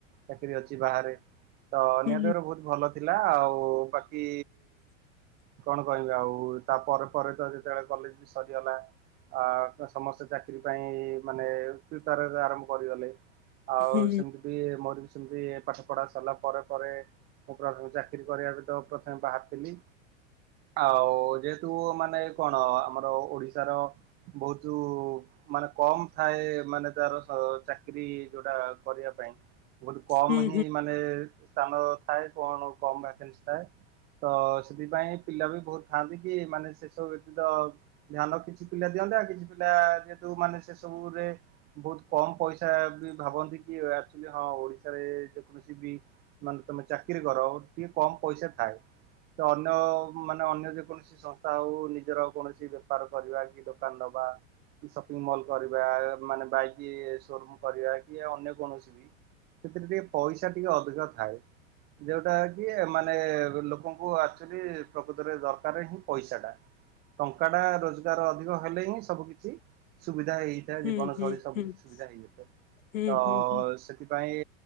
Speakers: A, on the right; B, on the left.
A: ଚାକିରୀ ଅଛି ବାହାରେ, ତ
B: ହୁଁ
A: ନିହାତି ଭାବରେ ବହୁତ ଭଲ ଥିଲା ଆଉ ବାକି କଣ କହିବି ଆଉ ତାପରେ ପରେ ତ ଯେତେବେଳେ କଲେଜ ବି ସରିଗଲା ଆ ସମସ୍ତେ ଚାକିରୀ ପାଇଁ ମାନେ ପ୍ରିପେୟାରରେ ଆରମ୍ଭ କରିଗଲେ ଆଉ
B: ହୁଁ ହୁଁ
A: ସେମତି ବି ମୋର ବି ସେମତି ପାଠ ପଢା ସରିଲା ପରେ ପରେ ମୁଁ ପ୍ରଥମେ ଚାକିରୀ କରିବାକୁ ତ ପ୍ରଥମେ ବାହାରିଥିଲି ଆଉ ଯେହେତୁ ମାନେ କଣ ଆମର ଓଡିଶାର ବହୁତୁ ମାନେ କମ ଥାଏ ମାନେ ତାର ସ ଚାକିରୀ ଯୋଉଟା କରିବା ପାଇଁ ବହୁତ କମ
B: ହୁଁ
A: ହିଁ ମାନେ ସ୍ଥାନ ଥାଏ କଣ କମ ଭ୍ୟାକାନ୍ସି ଥାଏ ତ ସେଥିପାଇଁ ପିଲା ବି ବହୁତ ଥାଆନ୍ତି କି ମାନେ ସେସବୁ ବ୍ୟତୀତ ଧ୍ୟାନ କିଛି ପିଲା ଦିଅନ୍ତି ଅନ୍ତି ଆଉ କିଛି ପିଲା ଯେହେତୁ ମାନେ ସେସବୁରେ ବହୁତ କମ ପଇସା ବି ଭାବନ୍ତି କି ଆକଚୁଅଲି ହଁ ଓଡିଶାରେ ଯେକୌଣସି ବି ମାନେ ତମେ ଚାକିରୀ କର ଟିକେ କମ ପଇସା ଥାଏ। ତ ଅନ୍ୟ, ମାନେ ଅନ୍ୟ ଯେକୌଣସି ସଂସ୍ଥା ହଉ, ନିଜର କୌଣସି ବେପାର କରିବା କି ଦୋକାନ ଦବା ବା ସପିଙ୍ଗ ମଲ୍ କରିବା ମାନେ, ବାଇକ ସୋ ରୁମ କରିବା, କି ଅନ୍ୟ କୌଣସି ବି ସେଥିରେ ଟିକେ ପଇସା ଟିକେ ଅଧିକ ଥାଏ। ଯୋଉଟା କି ମାନେ ଲୋକଙ୍କୁ ଆଚୁଆଲି ପ୍ରକୃତରେ ଦରକାର ହିଁ ପଇସାଟା ଟଙ୍କା ଟା ରୋଜଗାର ଅଧିକ ହେଲେ ହିଁ ସବୁ କିିଛି ସୁବିଧା। ସୁବଧା ହେଇଯାଇଥାଏ
B: ହୁଁ
A: ଜୀବନ
B: ହୁଁ
A: ଶୈଳୀ ସବୁ
B: ହୁଁ
A: କିିଛି ସୁବିଧା ହେଇଯାଇଥାଏ।
B: ହୁଁ
A: ତ
B: ହୁଁ
A: ସେଥିପାଇଁ